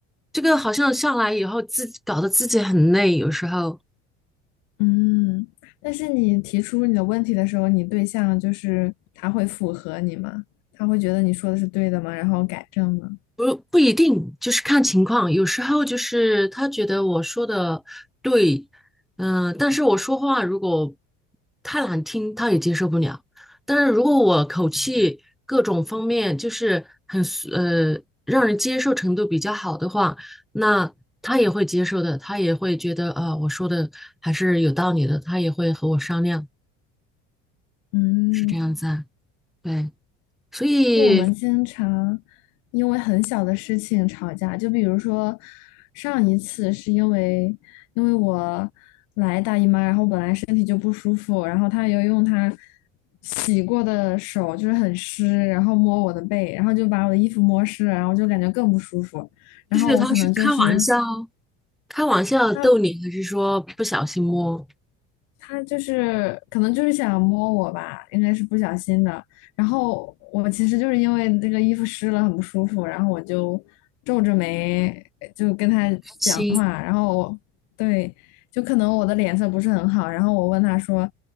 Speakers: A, in the centre; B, on the left.
A: 这个好像下来以后，自己搞得自己很累，有时候。
B: 嗯，但是你提出你的问题的时候，你对象就是他会符合你吗？他会觉得你说的是对的吗？然后改正吗？
A: 不不一定，就是看情况。有时候就是他觉得我说的对，嗯、但是我说话如果太难听，他也接受不了。但是如果我口气各种方面就是很呃让人接受程度比较好的话，那他也会接受的，他也会觉得啊、我说的还是有道理的，他也会和我商量，
B: 嗯，
A: 是这样子啊。对，所以
B: 就我们经常因为很小的事情吵架，就比如说上一次是因为因为我来大姨妈，然后本来身体就不舒服，然后他又用他洗过的手就是很湿，然后摸我的背，然后就把我的衣服摸湿了，然后就感觉更不舒服。然后我可能就是
A: 就是他是开玩笑。开玩笑逗你，
B: 他
A: 还是说不小心摸
B: 他就是可能就是想摸我吧，应该是不小心的。然后我其实就是因为这个衣服湿了很不舒服，然后我就皱着眉就跟他讲话，
A: 开心
B: 然后我对，就可能我的脸色不是很好，然后我问他说